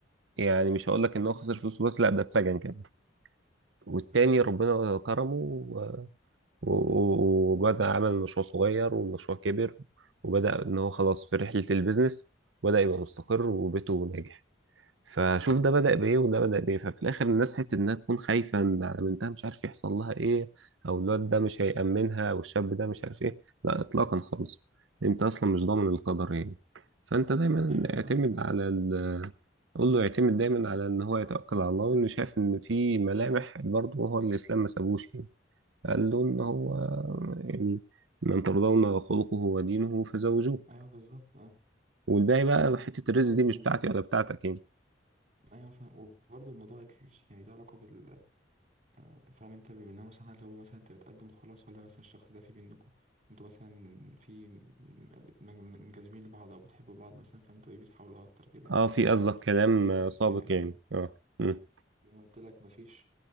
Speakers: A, on the right; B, on the right.
A: يعني مش هقول لك إن هو خسر
B: آه،
A: فلوسه بس لا ده اتسجن كمان والتاني
B: آه،
A: ربنا كرمه و- و- وبدأ عمل مشروع صغير والمشروع كبر وبدأ إن هو خلاص في رحلة البيزنس وبدأ يبقى مستقر وبيته ناجح فشوف ده بدأ
B: بالظبط
A: بإيه وده بدأ بإيه ففي الآخر الناس حتة إنها تكون خايفة إن على بنتها مش عارف يحصل لها إيه أو الواد ده مش هيأمنها أو الشاب ده مش عارف إيه لا إطلاقا خالص أنت أصلا مش ضامن القدر يعني فأنت دايما
B: أيوه فاهمك
A: اعتمد على ال قول له يعتمد دايما على إن هو يتوكل على الله وإنه شايف إن في ملامح برضه هو الإسلام ما سابوش يعني قال له إن هو يعني من ترضون خلقه ودينه فزوجوه
B: أيوه بالظبط أه
A: والباقي بقى حتة
B: وبرضه
A: الرزق دي مش
B: ال...
A: بتاعتي ولا بتاعتك يعني
B: أيوه فاهم وبرضه الموضوع ال- يعني له علاقة بال آه، فاهم انت بيبقى إنها مثلا هل هو مثلا انت بتقدم خلاص ولا مثلا الشخص ده في بينكم انتوا مثلا في م- بت- م- منجذبين لبعض او بتحبوا بعض مثلا فانتوا ايه بتحاولوا اكتر كده الموضوع
A: اه في
B: ده علاقات
A: قصدك كلام
B: ليها ابعاد
A: آه،
B: كتير
A: سابق
B: يعني فاهم
A: يعني اه مم.
B: زي ما قلت لك مفيش